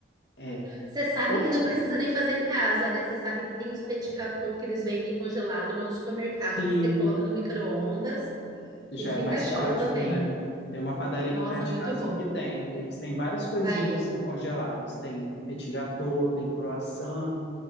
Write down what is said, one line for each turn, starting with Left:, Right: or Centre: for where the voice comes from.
Left: É.
Right: Você sabe
Left: Ou
Right: que não precisa nem fazer em casa, né? Você sabe que tem os petit gâteaux que eles vendem congelado no supermercado
Left: sim.
Right: que você coloca no micro-ondas
Left: Já
Right: e fica
Left: é mais
Right: show
Left: prático,
Right: também.
Left: né? Tem uma padaria
Right: Nossa,
Left: aqui perto
Right: muito
Left: de casa
Right: bom.
Left: que tem. Eles têm várias coisinhas
Right: Aí,
Left: assim
Right: ó.
Left: congeladas. Tem petit gâteau, tem croissant,